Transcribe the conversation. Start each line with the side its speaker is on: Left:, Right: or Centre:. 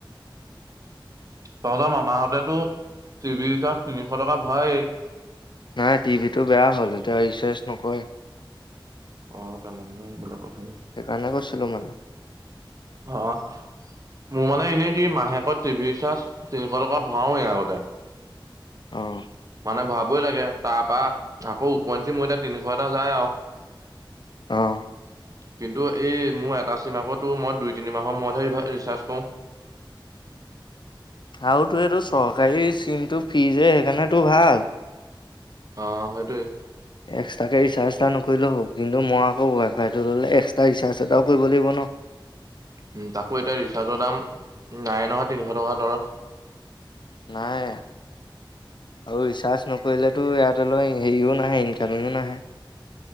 Right: তহঁতৰ মামাহঁতেতো টিভি ৰ তিনিশ টকা ভৰায়েই।
Left: নাই টিভি টো বেয়া হ'ল এতিয়া ৰিচাৰজ নকৰে।
Right: অ' তেনে হলে বেলেগ কথাবোৰ।
Left: সেইকাৰণে কৈছিলো মানে
Right: অহ, মোৰ মানে এনে কি মাহেকত টিভিৰ ৰিচাৰ্জ তিনিশ টকা ভৰাওৱেই আগতে।
Left: অহ'।
Right: মানে ভৰাবই লাগে তাৰ পৰা আকৌ উপঞ্চি ময়দা তিনিশ এটা যায় আৰু।
Left: অ',
Right: কিন্তু এই মোৰ এটা চিম আকৌতো মই দুই তিনি মাহৰ মূৰতহে ৰিচাৰ্জ কৰো।
Left: <inaudible> আৰু তো এইটো চৰকাৰী চিমটো ফ্ৰী যে সেইকাৰণে তো ভাল।
Right: অ' সেইটোৱে।
Left: এক্সট্ৰাকৈ ৰিচাৰ্জ এটা নকৰিলেও হ'ব কিন্তু মই আকৌ ৱাইফাইটো ল'লে এক্সট্ৰা ৰিচাৰ্জ এটাও কৰিব লাগিব ন। <inaudible>
Right: উম, তাকো এতিয়া ৰিচাৰ্জৰ দাম নাই নহয় তিনিশ টকাৰ তলত।
Left: নাই আৰু ৰিচাৰ্জ নকৰিলেতো ইয়াত অলও হেৰিও নাহে ইনকামেইও নাহে।